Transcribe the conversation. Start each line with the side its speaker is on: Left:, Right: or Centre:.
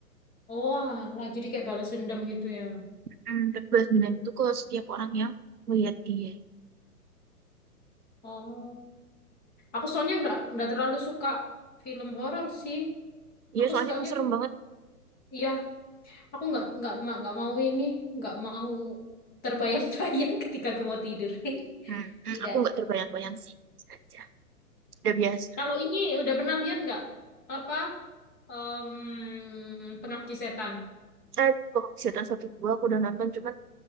Left: Oh, alah, jadi kayak balas dendam gitu ya.
Right: Hmm, tapi balas dendam itu ke setiap orang yang ngelihat dia.
Left: Oh. Aku soalnya nggak nggak terlalu suka film horor sih.
Right: Iya,
Left: Aku
Right: soalnya
Left: sukanya
Right: emang serem
Left: film-
Right: banget.
Left: iya, aku nggak nggak ma- nggak mau ini, nggak mau terbayang-bayang <laughs> ketika aku mau tidur. <laughs>
Right: Hmm, hmm,
Left: Tidak.
Right: aku nggak terbayang-bayang sih. Saja. Udah biasa.
Left: Kalau ini udah pernah lihat nggak apa em, Pengabdi Setan?
Right: Eh, penghabisatan satu dua aku udah nonton. Cuman